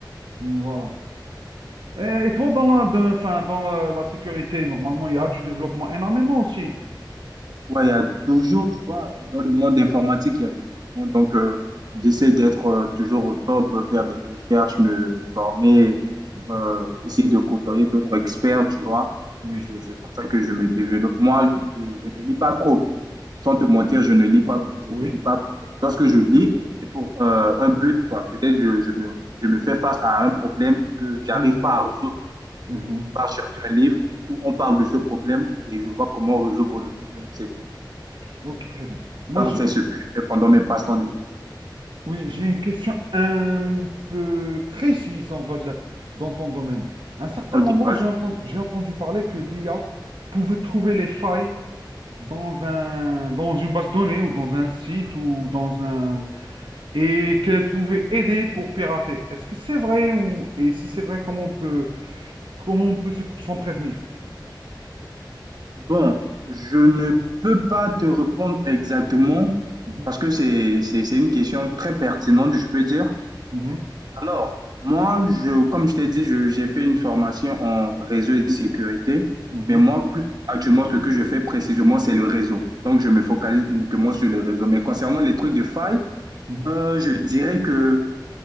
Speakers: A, on the right (about 75°); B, on the right (about 55°).
A: Voilà. Et, et toi, dans la, de- enfin, dans la, la sécurité, normalement, il y a du développement énormément aussi.
B: Ouais, il y a toujours, tu vois, dans le monde informatique, il y a des changements. Donc, euh,
A: Hmm,
B: j'essaie d'être euh, toujours au top, euh, faire des recherches, me, me former,
A: mhm.
B: euh, essayer de côtoyer d'autres experts, tu vois.
A: Oui,
B: C'est c'est comme ça que je me développe. Moi, je, je ne lis pas trop. Sans te mentir, je ne lis pas, je
A: oui.
B: ne lis pas trop. Mais Lorsque je lis, c'est pour euh, un but, quoi. Peut-être je, je me, je me fais face à un problème que j'arrive
A: mhm,
B: pas à résoudre.
A: mhm.
B: Je, je pars chercher un livre où on parle de ce problème et je vois comment résoudre le problème, c'est tout.
A: Ok, très bien. Moi,
B: Donc,
A: j'ai,
B: c'est ce que je fais pendant mes passe-temps libres.
A: oui, j'ai une question un peu précise, on va dire, dans ton domaine. À un certain
B: Ok,
A: moment,
B: vas-y.
A: j'ai entendu, j'ai entendu parler que l'IA pouvait trouver les failles dans un, dans une base de données ou dans un site ou dans un... et qu'elle pouvait aider pour pirater. Est-ce que c'est vrai ou... Et si c'est vrai, comment on peut, comment on peut se- s'en prévenir?
B: Bon, je ne peux pas te répondre exactement
A: Mhm,
B: parce que c'est, c'est, c'est une question très pertinente, je peux dire.
A: mhm,
B: Alors, moi, je, comme je t'ai dit, je- j'ai fait une formation en réseau et sécurité,
A: mhm,
B: mais moi, plus actuellement, ce que je fais précisément, c'est le réseau. Donc, je me focalise uniquement sur le réseau. Mais concernant les trucs de faille,
A: mhm,
B: euh, je dirais que